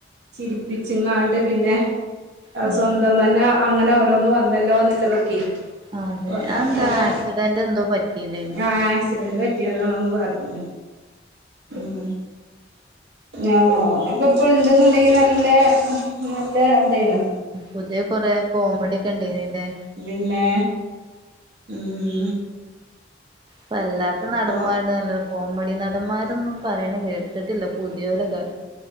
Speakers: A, on the right; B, on the right.
A: ചിരിപ്പിച്ചുംങ്ങാണ്ട് പിന്നെ അത്
B: ഉം
A: സ്വ ന്തം തന്നെ അങ്ങനെ ഓരോന്ന് വന്നല്ലോ ന്നുള്ളതൊക്കെ
B: അതെ
A: കൊറെ
B: അതെന്താ
A: ആൾക്കാരെ
B: ആക്സിഡന്റ് എന്തോ പറ്റിയില്ലേനോ
A: ഞാ ആക്സിഡന്റ് പറ്റിയതാണന്ന് പറഞ്ഞു ആഹ് ഓ ക്കെ പ്പ ഇണ്ടെന്ന്ണ്ടെങ്കി നല്ല നല്ല ഇതായിന്നു
B: പുതിയ കൊറെ കോമഡി ഒക്കെ ണ്ടായിനിലേ
A: പിന്നെ ഉം
B: പ്പല്ലാത്ത
A: ഇപ്പൊ
B: നടന്മാരു നല്ല കോമഡി നടന്മാരൊന്നും പറയണ കേ ത്തിട്ടില്ല പുതിയോലൊക്കെ